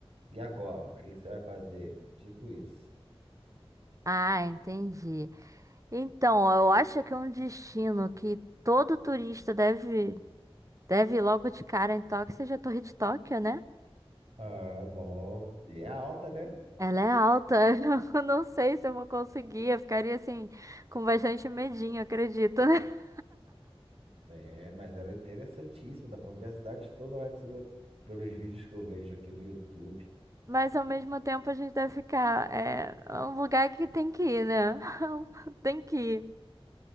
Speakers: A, on the right; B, on the right.
A: e agora? O que que você vai fazer? Tipo isso.
B: Ah, entendi. Então, eu acho que é um destino que todo turista deve, deve ir logo de cara em Tóquio seja a Torre de Tóquio, né?
A: Ah, bom. E é alta, né?
B: Ela é alta. <laughs> Eu não sei se eu vou conseguir. Eu ficaria assim, com bastante medinho, acredito. <laughs>
A: É, mas era interessantíssimo, dá pra ver a cidade toda lá de cima pelos vídeos que eu vejo aqui no YouTube.
B: Mas ao mesmo tempo a gente deve ficar. É, é um lugar que tem que ir, né? <laughs> Tem que ir.